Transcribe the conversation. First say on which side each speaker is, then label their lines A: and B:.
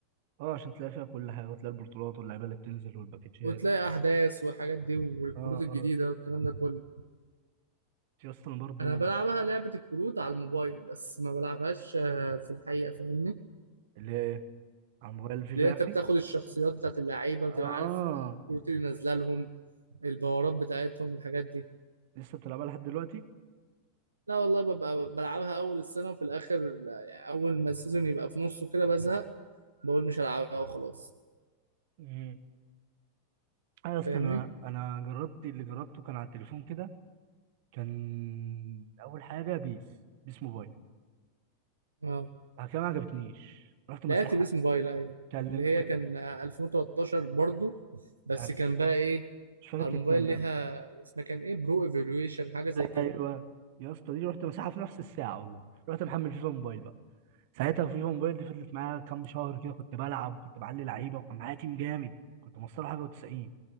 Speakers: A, on the right; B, on the right.
A: اه عشان تلاقي فيها كل حاجه وتلاقي البطولات واللعيبه اللي بتنزل والباكجات
B: وتلاقي احداث والحاجات دي والكروت
A: اه
B: الجديده
A: اه
B: والكلام ده كله
A: في اصلا برضو
B: انا بلعبها لعبه الكروت على الموبايل بس ما بلعبهاش آه، في الحقيقه فاهمني
A: اللي هي ايه على موبايل فيفا
B: لان
A: يعني
B: انت بتاخد الشخصيات بتاعت اللعيبه بتبقى
A: اه
B: عارف آه، الكروت اللي نازله لهم الباورات بتاعتهم والحاجات دي
A: لسه بتلعبها لحد دلوقتي
B: لا والله ببقى بلعبها اول السنه وفي الاخر لا، يعني اول ما السيزون يبقى في نصه كده بزهق بقول مش هلعبها وخلاص
A: امم اه يا اسطى
B: فاهمني
A: انا انا جربت اللي جربته كان على التليفون كده كان اول حاجه بيس بيس موبايل
B: اه
A: بعد كده ما عجبتنيش رحت مساحة
B: لعبت بيس موبايل ايوه
A: كلم
B: اللي هي
A: ك-
B: كان 2013 برضو بس
A: أنا مش
B: كان
A: فاكر
B: بقى ايه
A: مش فاكر
B: على الموبايل
A: كانت كام
B: ليها
A: بأمان
B: اسمها كان ايه برو ايفولويشن حاجه زي كده
A: ايوه يا اسطى دي رحت مساحة في نفس الساعة والله رحت محمل فيفا موبايل بقى ساعتها فيفا موبايل دي فضلت معايا كام شهر كده كنت بلعب وكنت بعلي لعيبة وكان معايا تيم جامد كنت مصطلح حاجة و90